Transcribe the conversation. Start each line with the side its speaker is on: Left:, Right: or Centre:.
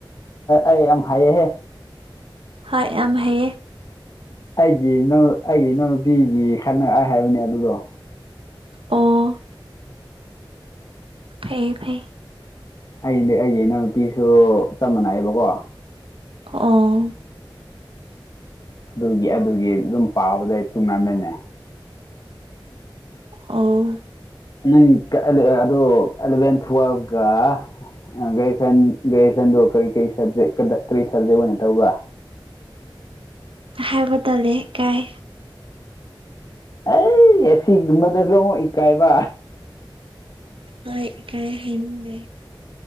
Left: ꯑꯩ ꯌꯥꯝ ꯍꯥꯏꯌꯦꯍꯦ
Right: ꯍꯣꯏ ꯌꯥꯝ ꯍꯥꯏꯌꯦ
Left: ꯑꯩꯒꯤ ꯏꯅꯥꯎ ꯑꯩꯒꯤ ꯏꯅꯥꯎꯅꯨꯄꯤꯒꯤ ꯍꯟꯅꯔꯣꯏ ꯍꯥꯏꯕꯅꯦ ꯑꯗꯨꯗꯣ
Right: ꯑꯣ ꯐꯩ ꯐꯩ
Left: ꯑꯩꯅ ꯑꯩꯒꯤ ꯏꯅꯥꯎ ꯅꯨꯄꯤꯁꯨ ꯆꯞ ꯃꯥꯟꯅꯩꯑꯕꯀꯣ
Right: ꯑꯥ
Left: ꯑꯗꯨꯒꯤ ꯑꯗꯨꯒꯤ ꯑꯗꯨꯝ ꯄꯥꯕꯗ ꯇꯣꯔꯅꯥꯃꯦꯟꯅꯦ
Right: ꯑꯣ
Left: ꯅꯪ ꯑꯗꯨ ꯑꯦꯂꯚꯦꯟ ꯇꯨꯋꯦꯜꯕꯀ ꯒꯦꯖꯨꯁꯟ ꯒꯦꯖꯨꯁꯟꯗꯨ ꯀꯔꯤ ꯀꯔꯤ ꯀꯔꯤ ꯁꯕꯖꯦꯛ ꯑꯣꯏꯅ ꯇꯧꯕ
Right: ꯍꯥꯏꯕ ꯇꯜꯂꯦ ꯏꯀꯥꯏ
Left: ꯑꯩ ꯑꯦ ꯁꯤꯒꯨꯝꯕꯗꯁꯨ ꯑꯃꯨꯛ ꯏꯀꯥꯏꯕ
Right: ꯍꯣꯏ ꯏꯀꯥꯏ ꯍꯥꯏꯅꯤꯡꯗꯦ